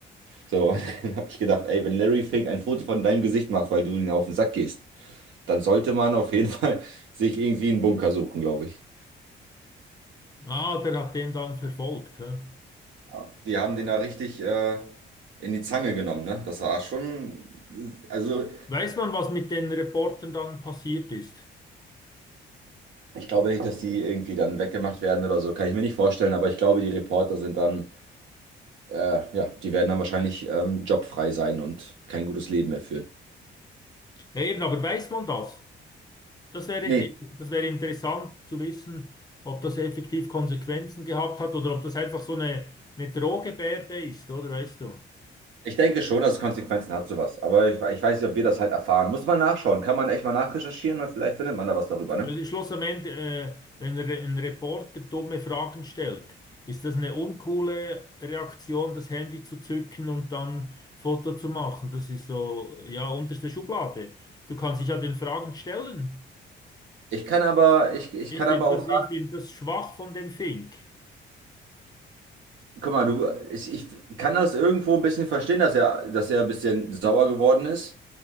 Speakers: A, on the right; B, on the left.
A: So, <laughs> dann habe ich gedacht, ey, wenn Larry Fink ein Foto von deinem Gesicht macht, weil du ihn auf den Sack gehst, dann sollte man auf jeden <laughs> Fall sich irgendwie einen Bunker suchen, glaube ich.
B: Ah, der hat den dann verfolgt. Hä?
A: Ja, Die haben den da richtig äh, in die Zange genommen, ne? Das war schon, also
B: Weiß man, was mit den Reportern dann passiert ist?
A: ich glaube nicht, dass die irgendwie dann weggemacht werden oder so, kann ich mir nicht vorstellen, aber ich glaube, die Reporter sind dann, äh, ja, die werden dann wahrscheinlich ähm, jobfrei sein und kein gutes Leben mehr führen.
B: Ja, eben, aber weiß man das? Das wäre,
A: Nee,
B: das wäre interessant zu wissen, ob das effektiv Konsequenzen gehabt hat oder ob das einfach so eine, eine Drohgebärde ist, oder weißt du?
A: ich denke schon, dass es Konsequenzen hat, sowas. Aber ich, ich weiß nicht, ob wir das halt erfahren. Muss man nachschauen, kann man echt mal nachrecherchieren und vielleicht findet man da was darüber, ne?
B: Weil im Schluss am Ende, äh, wenn re- ein Reporter dumme Fragen stellt, ist das eine uncoole Reaktion, das Handy zu zücken und dann Foto zu machen. Das ist so, ja, unterste Schublade. Du kannst dich ja den Fragen stellen.
A: Ich kann aber, ich, ich
B: Ich
A: kann
B: finde
A: aber auch
B: das, ich finde das schwach von dem Fink.
A: Guck mal, du, ich, ich kann das irgendwo ein bisschen verstehen, dass er, dass er ein bisschen sauer geworden ist.